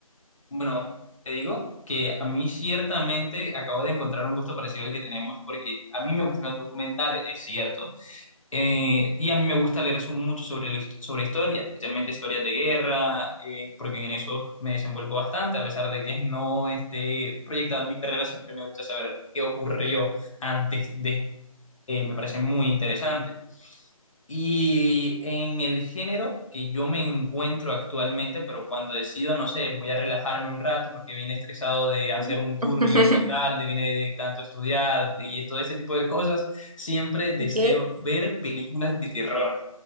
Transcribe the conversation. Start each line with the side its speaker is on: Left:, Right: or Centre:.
Left: Bueno, te digo que a mí ciertamente acabo de encontrar un gusto parecido al que tenemos, porque a mí me gustan los documentales, es cierto, Eh, y a mí me gusta leer su- mucho sobre, la hist- sobre historia, especialmente historias de guerra, eh, porque en eso me desenvuelvo bastante, a pesar de que no esté proyectada en mi carrera, siempre me gusta saber qué ocurrió antes de, Eh, me parece muy interesante. Y en el género que yo me encuentro actualmente, pero cuando decido, no sé, voy a relajarme un rato porque vine estresado de hacer
Right: No.
Left: un turno
Right: <laughs>
Left: en el hospital, de vine de tanto estudiar y todo ese tipo de cosas, siempre deseo
Right: Ok.
Left: ver películas de terror.